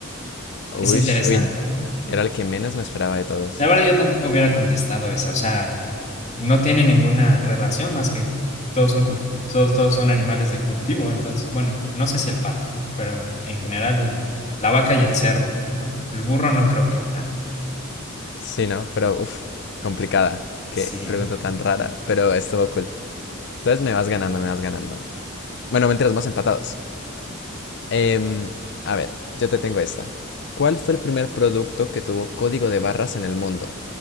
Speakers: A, on the left; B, on the left.
A: Ush,
B: Es interesante,
A: uy,
B: ¿eh?
A: era el que menos me esperaba de todos.
B: La verdad, yo tampoco hubiera contestado esa. O sea, no tiene ninguna relación más que todos son, cul- todos, todos son animales de cultivo. Entonces, bueno, no sé si el pato, ¿no? Pero en, en general, la vaca y el cerdo, ¿no? El burro no creo que tanto.
A: Sí, ¿no? Pero, uf, complicada. Qué
B: Sí,
A: pregunta tan rara, pero estuvo cool. Entonces me vas ganando, me vas ganando. Bueno, mentiras, más empatados. Em, a ver, yo te tengo esta. ¿Cuál fue el primer producto que tuvo código de barras en el mundo?